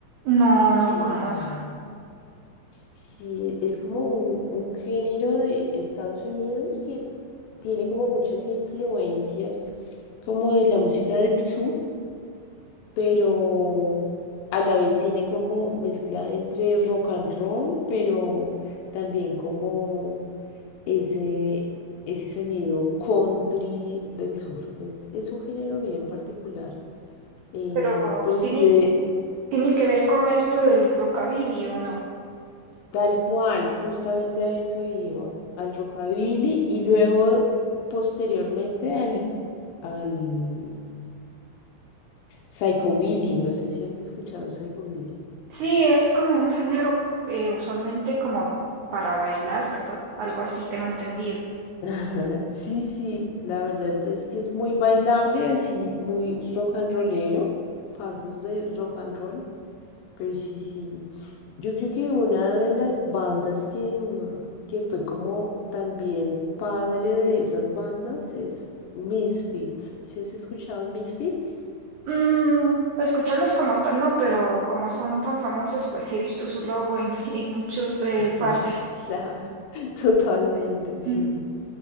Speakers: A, on the right; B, on the left.
A: No, no lo
B: eh,
A: conozco,
B: sí, es como un, un género de Estados Unidos que tiene como muchas influencias como de la música del sur, pero a la vez tiene como mezcla entre rock and roll, pero también como ese, ese sonido country del sur. Es, es un género bien particular. eh,
A: pero
B: pero
A: tiene,
B: sí, de,
A: tiene que ver con esto del rockabilly ¿o no?
B: tal cual, justamente a eso iba, al rockabilly y luego posteriormente al, al psychobilly. No sé si has escuchado psychobilly.
A: Sí, es como un género eh, usualmente como para bailar, ¿verdad? Algo así tengo entendido.
B: <laughs> Sí, sí, la verdad es que es muy bailable, así muy rock and rollero, pasos de rock and roll. Pero sí, sí. Yo creo que una de las bandas que, mm, que fue como también padre de esas bandas es Misfits. ¿Sí has escuchado Misfits?
A: Mm, escucharlos como tal no, pero como son tan famosos, pues he visto su logo en, <laughs> en muchas eh,
B: <laughs>
A: partes.
B: Claro, <laughs> totalmente, sí.
A: Mm,